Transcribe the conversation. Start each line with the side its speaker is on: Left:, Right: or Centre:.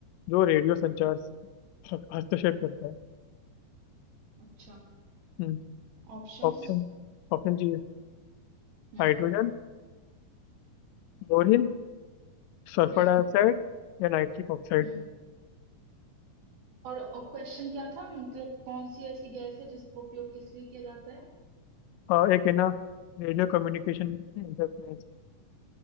Left: जो रेडियो संचार से ह- हस्तक्षेप करता है
Right: अच्छा
Left: हम्म
Right: ऑप्शंस
Left: ऑप्शन ऑप्शन जी
Right: हम्म
Left: हाइड्रोजन क्लोरीन सल्फर
Right: हम्म
Left: डाइऑक्साइड या नाइट्रिक ऑक्साइड
Right: हम्म और और क्वेश्चन क्या था मतलब कौन सी ऐसी गैस है जिसका उपयोग किस लिए किया जाता है
Left: आ, एक है ना radio communication interference